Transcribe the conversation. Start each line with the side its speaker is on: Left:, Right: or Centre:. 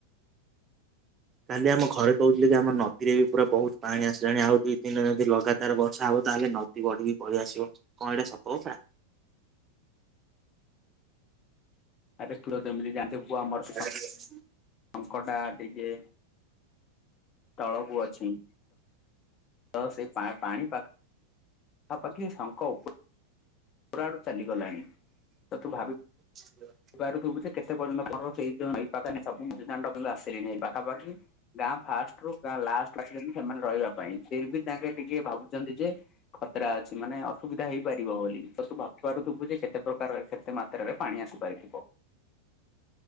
Right: କାଲି ଆମ ଘରେ କହୁଥିଲେ କି ଆମ ନଦୀରେ ବି ପୁରା ବହୁତ୍ ପାଣି ଆସିଲାଣି ଆଉ ଦୁଇ ତିନ ଯଦି ଲଗାତାର ବର୍ଷା ହବ ତାହେଲେ ନ ଦୀ ବଢିକି ପଳି ଆସିବ ଙ୍କ ଏଟା ସତ କଥା।
Left: ଆବେ ଥୁ ତ ଏମିତି ଜାନଥିବୁ ପୁଅ ଆମର ସେ ସ
Right: <inaudible>
Left: ଅଙ୍କଟା ଟିକେ ତଳକୁ ଅଛି। ତ ସେ ପା ପାଣି ପାଖାପାଖି ଶଙ୍ଖ ଉପ ପୁରା ଆଡ଼ୁ ଚାଲିଗଲାଣି ସେଥୁ ଭାବି
Right: ଝିଅ
Left: ପାରୁଥୁବୁ ଯେ କେତେ ପର୍ଯ୍ୟନ୍ତ ଘରର <unintelligible> ଦାଣ୍ଡ ଆସିଲିଣି ପାଖାପାଖି ଗାଁ ଫାଷ୍ଟରୁ ଗାଁ ଲାଷ୍ଟ ରଖିଚନ୍ତି ସେମାନେ ରହିବା ପାଇଁ ସେବି ତାଙ୍କେ ଟିକେ ଭାବୁଚନ୍ତିଯେ ଖତରା ଅଛି ମାନେ ଅସୁବିଧା ହେଇପାରିବ ବୋଲି ତ ତୁ ଭାବି ପାରୁଥୁବୁଯେ କେତେ ପ୍ରକାରେ କେତେ ମାତ୍ରାରେ ପାଣି ଆସି ପାଇବ